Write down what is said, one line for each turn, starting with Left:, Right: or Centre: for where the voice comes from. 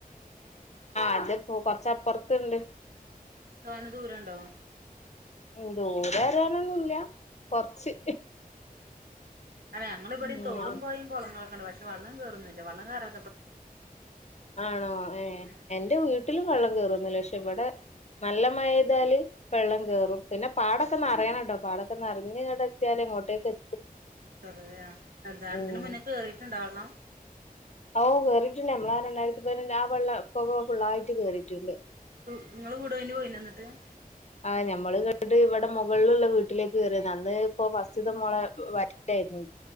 Left: അതപ്പോ കൊറച്ചപ്പുറത്ത്ണ്ട്
Right: തോനെ ദൂരണ്ടോ
Left: ദൂരെ വരാനൊന്നുല്ല്യ കൊറച്ച്
Right: അല്ല ഞങ്ങൾ ഇവിടെയും
Left: ഉം
Right: തോടും പൊഴയും കുളങ്ങളൊക്കെ ഉണ്ട് പക്ഷെ വള്ളം കേറുന്നൂല്യ വള്ളം കേറാ
Left: ആണോ ഏ
Right: ഉം
Left: എന്റെ വീട്ടില് വള്ളം കേയറുന്നൂല്ല്യ ക്ഷേ ഇവിടെ നല്ല മഴതാല് വെള്ളം കേറും
Right: ആഹ്
Left: പിന്നെ പാട ക്കെ നറയണാട്ടോ പാടൊക്കെ നെറഞ്ഞു ഇങ്ങട്ട് എത്യല്ല് ഇങ്ങോട്ടേക് എ
Right: അത്രപ എന്താണ്
Left: ഉം
Right: ഇതിന് മുന്നേ <unintelligible> കേറിീട്ടുണ്ടാവള്ളാം
Left: ഓ കേറിട്ടുണ്ട് നമ്മളെ ആ രണ്ടായിരത്തിപതിനഞ്ചു ആ വെള്ള പുക ഫുുള്ളായിട്ട് കേറിയിട്ടുണ്ട്.
Right: നിങ്ങള്ൾ കൂടെോണ്ടി പോയി നിിട്ട് <unintelligible>
Left: ആ ഞമ്മള് കേട്ട്ട്ട് ഇവിടെ മുകൾള്ള്ള വീട്ടിലേക്ക് കേറിയ അന്ന് ഇപ്പോ ഫസ്റ്റ്ത്തെ മോളെ വറ്റായിരുന്നു